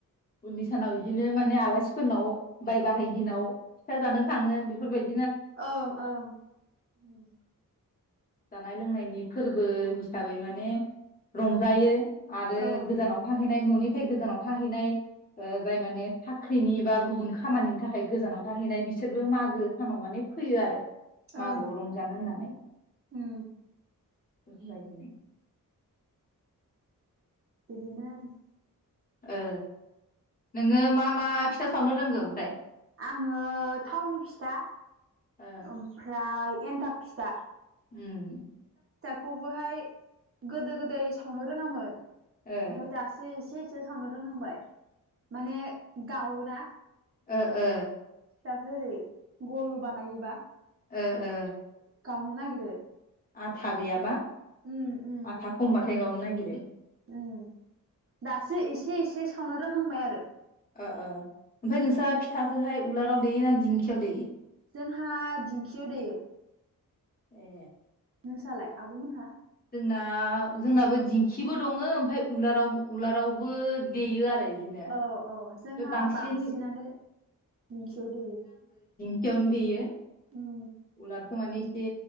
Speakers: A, on the left (about 25°); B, on the right (about 40°).
A: उननि सानाव बिदिनो माने आलासिफोरनाव बाय बाहायगिनाव फिथा जानो थाङो बेफोरबायद
B: ओं‌ ओं उम।
A: जानाय लोंनायनि फोरबो हिसाबै माने रंजायो। आरो
B: औ
A: गोजानाव थां हैनाय ननिफ्राय गोजानाव थाहैनाय ओ जाय माने साख्रिनि बा गुबुन खामानिनि थाखाय गोजानाव थाहैनाय बिसोरबो मागो सानाव माने फैयो आरो। मागोआव
B: ओं
A: रंजानो होननानै
B: उम
A: <unintelligible>
B: बिदिनो आरो।
A: ओ नोङो मा मा फिथा सावनो रोंगौ ओमफ्राय
B: आङो टाउनि फिथा
A: ओ
B: ओमफ्राय एन्थाब फिथा।
A: उम।
B: खौबोहाय गोदो गोदाय सावनो रोङामोन
A: ओ
B: ओमफाय दासो इसे <unintelligible> रोंहांबाय माने गावोना।
A: ओ ओ।
B: थाखो ओरै गल बानायो। बा।
A: ओ ओ।
B: जावनो नागिरो।
A: आथा गैयाबा।
B: उम उम
A: आथा खमबाथाय गावनो। नायगिरो
B: उम दासो एसे-एसे सावनो रोंहांबाय आरो।
A: ओ-ओ ओमफ्राय नोंस्रा फिथाखौहाय उलाराव दैयो ना दिंखियाव दैयो?
B: जोंहा दिंखियाव दैयो।
A: ए।
B: नोंसालाय आबमोनहा।
A: जोंना जोंनाबो दिंखिबो दङ ओमफ्राय उलारावबो उलारावबो देयो आरो। बिदिनो
B: औ-औ
A: ओमफ्राय
B: जोंहा
A: बांसिन
B: बांसिनानो दिंखियाव दैयो।
A: बेयावनो देयो।
B: उम
A: उलार थ माने एसे